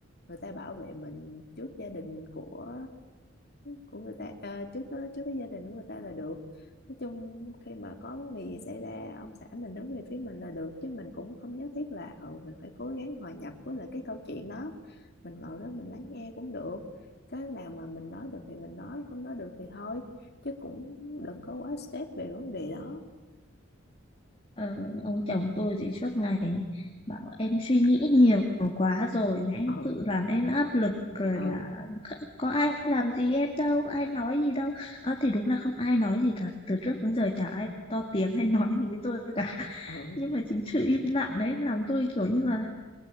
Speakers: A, on the left; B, on the left.
A: người ta bảo vệ mình trước gia đình của của người ta ờ, trước trước cái gia đình của người ta là được nói chung khi mà có vấn đề gì xảy ra ông xã mình đứng về phía mình là được chứ mình cũng không nhất thiết là ừ mình phải cố gắng hòa nhập với lại cái câu chuyện đó mình ngồi đó mình lắng nghe cũng được cái nào mà mình nói được thì mình nói không nói được thì thôi chứ cũng đừng có quá stress về vấn đề đó
B: ờ, ông chồng tôi thì suốt ngày bảo em suy nghĩ nhiều quá rồi em
A: ừ
B: tự làm em áp lực rồi
A: ừ
B: là kh- có ai làm gì em đâu có ai nói gì đâu Ờ, thì đúng là không ai nói gì thật từ trước đến giờ chả ai to tiếng hay <laughs> nói gì với tôi cả
A: ừ
B: nhưng mà chính sự im lặng đấy làm tôi kiểu như là